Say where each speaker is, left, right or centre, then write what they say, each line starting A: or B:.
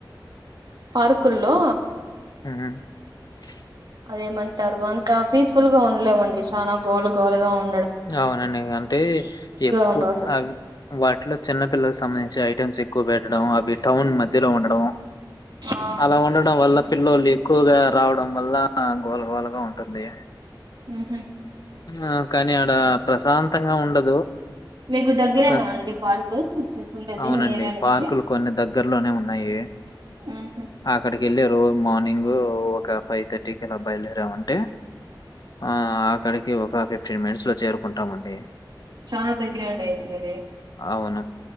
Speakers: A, on the right; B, on the left.
A: పార్కుల్లో
B: మ్
A: అదేమంటారు అంత పీస్ఫుల్ గా ఉండలేమండి చాలా గోల గోలగా ఉన్
B: అవునండి అంటే ఎక్కువ
A: ఉండాల్సి వస్తుంది
B: అవి వాటిలో చిన్నపిల్లల్ సంబంధించి ఐటెమ్స్ ఎక్ క్కువ పెట్టడం అవి టౌన్ మధ్యలో ఉండడం
A: ఆ
B: అలా ఉండడం వల్ల పిల్ల్లోలు ఎక్కువగా రావడం వల్ల గోల గోలగా ఉంటుంది
A: ఉహు
B: ఆ కానీ అడా ప్రసంతంగా ఉండదు
A: మీకు దగ్గరేనా
B: ప్లస్
A: అండి పార్కు మీకుండేది
B: అవునండి
A: మీ ఏరియా నుంచి
B: పార్కులు కొన్ని దగ్గర్లోనే ఉన్నాయి
A: ఉహు
B: అక్కడిక్ ఎల్లే రోజు మార్నింగు ఒక ఫై థర్టీకలా బయల్దేరమంటే ఆ అక్కడికి ఒక ఫిఫ్టీన్ మినిట్స్ లో చేరుకుంటామండి
A: చానా దగ్రేలే అయితే మిదీ
B: అవును.